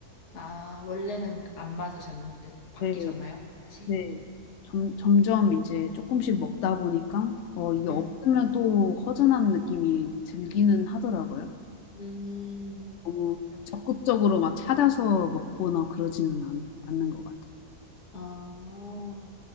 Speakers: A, on the left (about 80°); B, on the left (about 60°).
A: 아, 원래는 안 맞으셨는데 바뀌셨나요?
B: 네,
A: 그 맛이?
B: 네. 점, 점점 이제 조금씩 먹다 보니까, 어, 이게 없으면
A: 응,
B: 또 허전한 느낌이 들기는 하더라고요.
A: 음,
B: 너무
A: 맞아.
B: 적극적으로 막 찾아서 먹거나 그러지는 않, 않는 것 같아요.
A: 아,